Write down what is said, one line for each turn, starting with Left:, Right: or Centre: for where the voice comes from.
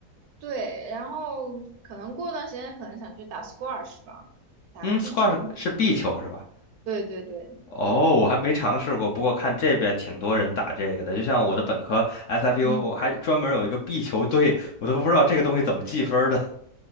Right: 对，然后可能过段时间可能想去打 squash 吧，打个壁球。
Left: 嗯，squash 是壁球是吧？
Right: 对对对。
Left: 哦，我还没尝试过，不过看这边挺多人打这个的，就像我的本科 SFU，
Right: 嗯。
Left: 我还专门有一个壁球队，我都不知道这个东西怎么计分儿的。